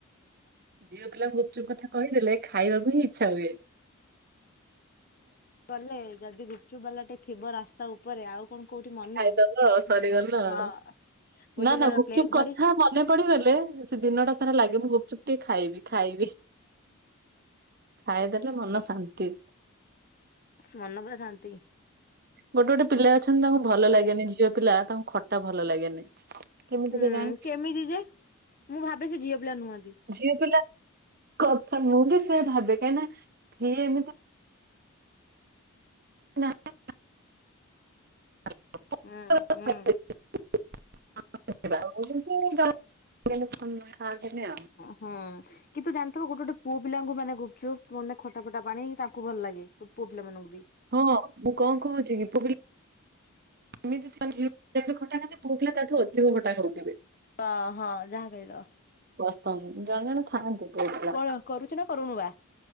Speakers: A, on the right (about 45°); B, on the left (about 40°).
A: ଝିଅ ପିଲାଙ୍କୁ ଗୁପଚୁପ କଥା କହିଦେଲେ ଖାଇବାକୁ ହିଁ ଇଚ୍ଛା ହୁଏ।
B: ଗଲେ ଯଦି ଗୁପ୍ ଚୁପ୍ ବାଲାଟେ ଥିବ ରାସ୍ତା ତା ଉପରେ ଆଉ କଣ କୋଉଠି ମନ
A: ଖାଇଦବ ଆଉ ସରିଗଲା ଆଉ।
B: ହଁ। ଗୋଟେ
A: ନା ନା ଗୁପଚୁପ
B: ପ୍ଲେଟ
A: କଥା
B: ଧରି
A: ମନେ ପଡିଗଲେ ସେ ଦିନଟା ସାରା ଲାଗେ ମୁଁ ଗୁପଚୁପ୍ ଟିକେ ଖାଇବି ଖାଇବି। ଖାଇଦେଲେ ମନ ଶାନ୍ତି।
B: ସ୍ ମନ ପୁରା ଶାନ୍ତି।
A: ଗୋଟେ ଗୋଟେ ପିଲା ଅଛନ୍ତି ତାଙ୍କୁ ଭଲ ଲାଗେନି। ଝିଅ ପିଲା ତାଙ୍କୁ ଖଟା ଭଲ ଲାଗେନି। କେମିତି
B: ହୁଁ
A: କେଜାଣି?
B: କେମିତି ଯେ? ମୁଁ ଭାବେ ସେ ଝିଅ ପିଲା ନୁହନ୍ତି।
A: ଝିଅ ପିଲା କଥା, ମୁଁ ବି ସେ ଭାବେ। କାହିଁକି ନା କିିଏ ଏମିତି <unintelligible>
B: ହୁଁ
A: <unintelligible>
B: ହୁଁ।
A: <unintelligible>
B: ହୁଁ କିନ୍ତୁ ଜାଣିଥିବ ଗୋଟେ ଗୋଟେ ପୁଅ ପିଲାଙ୍କୁ ମାନେ ଗୁପଚୁପ ମାନେ ଖଟା ଫଟା ପାଣି ତାଙ୍କୁ ଭଲ ଲାଗେ। ପୁଅ ପିଲା ମାନଙ୍କୁ ବି।
A: ହଁ ମୁଁ କଣ କହୁଛି କି ପୁଅ ପିଲା ଏମିତି <unintelligible> ପୁଅ ପିଲା ତାଠୁ ଅଧିକ ଖଟା ଖାଉଥିବେ।
B: ତ ହଁ ଯାହା କହିଲ।
A: ପସନ୍ଦ ଜଣେ ଜଣେ ଥାଆନ୍ତି। ପୁଅ ପିଲା
B: କଣ କରୁଛୁ ନା କରୁନୁ ବା